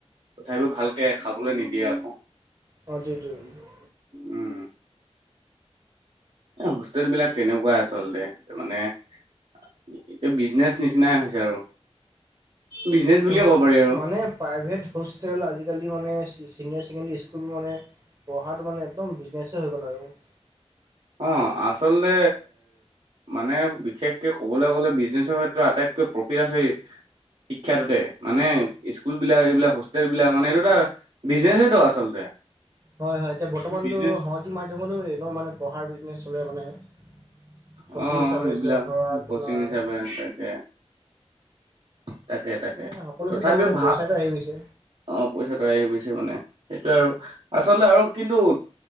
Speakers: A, on the right (about 65°); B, on the right (about 35°).
A: তথাপিও ভালকে খাবলৈ নিদিয়ে আকৌ।
B: বাদেই দিওঁ। <inaudible>
A: উম! <unintelligible> এ হোষ্টেল বিলাক তেনেকুৱাই আচলতে মানে <inaudible> <unintelligible> এতিয়া বিজনেছ নিচিনাই হৈছে আৰু। বিজনেচ
B: <unintelligible>
A: বুলিয়ে ক'ব পাৰি আৰু
B: মানে প্ৰাইভেট হোষ্টেল আজিকালি মানে চিনিয়ৰ ছেকেণ্ডেৰী স্কুল মানে পঢ়াটো মানে একদম বিজনেছেই হৈ গ'ল আৰু। <inaudible>
A: অঁ! <unintelligible> আচলতে মানে বিশেষ কে ক'বলৈ গ'লে বিজনেছৰ ক্ষেত্ৰত আটাইতকৈ প্ৰফিট আছে <inaudible> শিক্ষাটোতে মানে স্কুলবিলাক এইবিলাক হোষ্টেলবিলাক মানে এইটো এটা <inaudible> বিজনেচ‌ইটো আচলতে। <inaudible>
B: হয়-হয়। এতিয়া বৰ্তমানতো
A: বিজনেচ
B: সামাজিক মাধ্যমতো এনেও মানে পঢ়াৰ বিজনেছ চলে মানে। <inaudible> কচিং
A: অ',
B: হিচাপে
A: সেইবিলাক
B: ধৰা তোমাৰ <unintelligible>
A: <unintelligible> তাকে-তাকে,
B: মানে সকলো
A: তথাপিও
B: ক্ষেত্ৰত মানে
A: ভা
B: পইচাটো
A: <unintelligible>
B: আহি গৈছে
A: অঁ! পইচাটো আহি গৈছে মানে সেইটোৱে আৰু আচলতে আৰু কিন্তু <inaudible>